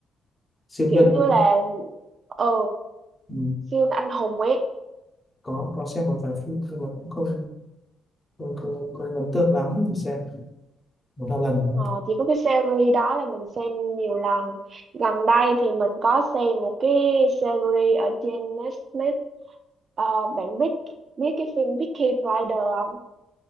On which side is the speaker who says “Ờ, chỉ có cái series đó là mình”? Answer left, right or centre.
Right